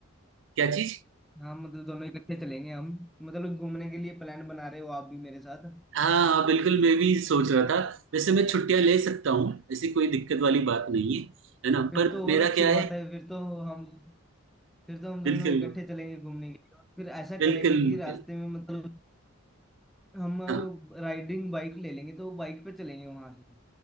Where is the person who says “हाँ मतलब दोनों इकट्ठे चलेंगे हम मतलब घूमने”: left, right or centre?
Centre